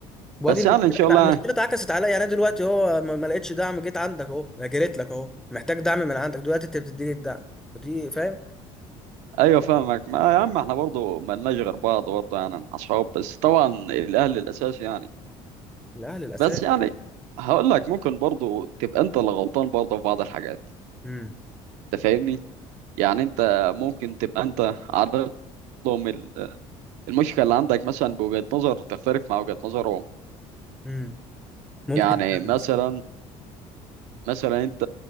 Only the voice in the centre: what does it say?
وادي
المشكله
المشكله
اتعكست عليا يعني أنا دلوقتي اهو ما ما لقيتش دعم جيت عندك اهو جريت لك اهو محتاج دعم من عندك دلوقتي انت بتديني الدعم ودي فاهم
الاهل الاساس
امم
امم ممكن
فعلا
صح